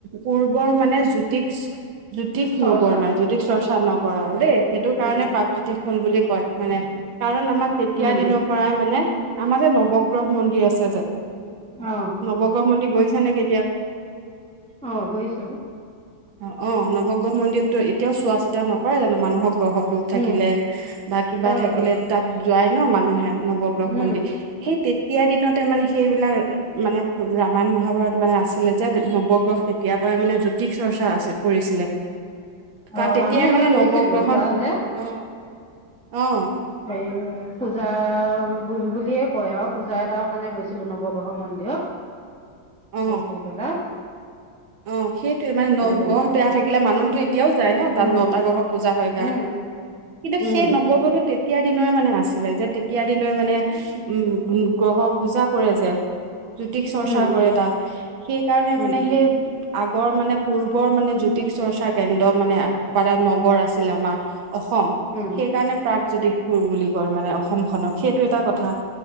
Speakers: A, on the right; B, in the centre.
A: পূৰ্বৰ মানে জ্যোতিষ জ্যোতিষ
B: চৰ্চা
A: নগৰ মানে জ্যোতিষ চৰ্চা নগৰ আৰু দেই সেইটো কাৰণে
B: উম
A: প্ৰাগজ্যোতিষ হল বুলি কয় মানে কাৰণ আমাৰ তেতিয়া
B: উম,
A: দিনৰ পৰাই মানে আমাৰ যে নৱগ্ৰহ মন্দিৰ আছে যে
B: অ',
A: নৱগ্ৰহ মন্দিৰ গৈছা নেকি?
B: অ গৈছো।
A: অ নৱগ্ৰহ মন্দিৰতটো। কেতিয়াও চোৱা চিতা নকৰে জানো মানুহৰ গ্ৰহৰ দুখ থাকিলে
B: উম,
A: বা কিবা
B: কৰে
A: থাকিলে
B: কৰে
A: তাত। যোৱাই ন মানুহে নৱগ্ৰহ
B: উম,
A: মন্দিৰ সেই তে। তিয়াৰ দিনতে মানে সেইবিলাক মানে ৰামায়ণ মহাভাৰত মানে আছিলে। যেতিয়া নৱগ্ৰহ কেতিয়াৰ পৰা মানে জ্যোতিষ চৰ্চা আছে কৰিছিলে। কাৰণ
B: অ',
A: তেতিয়াই
B: আমি এবাৰ
A: মানে
B: গৈছিলো
A: নৱগ্ৰহণ
B: তালে
A: অ অ।
B: এই পূজা বুলিয়ে কয় আৰু পূজা এটাৰ কাৰণে গৈছিলো নৱগ্ৰহ মন্দিৰত। সে
A: অ
B: কৰি পেলা।
A: অ সেইটোয়ে মানে ন
B: গৈছিলো
A: গ্ৰহ বেয়া থাকিলে মানুহতো এতিয়াও যায় ন
B: উম,
A: তাত নটা গ্ৰহৰ পূজা হয়।
B: উম,
A: কিন্তু
B: উম,
A: সেই নৱগ্ৰহ টো। দিনৰে মানে আছিলে যে তেতিয়া দিনৰ্ মানে উম গ্ৰহৰ পূজা কৰে যে। জ্যোতিক চৰ্চা
B: উম,
A: কৰে তাত সেইকাৰণে
B: উম,
A: মানে সেই। আগৰ মানে পূৰ্বৰ মানে জ্যোতিষ চৰ্চা কেন্দ্ৰ মানে এটা নগৰ আছিল আমাৰ। অসম
B: উম,
A: সেইকাৰণে প্ৰাগজ্যোতিষপুৰ বুলি। কয় মানে অসমখনক সেইটো এটা কথা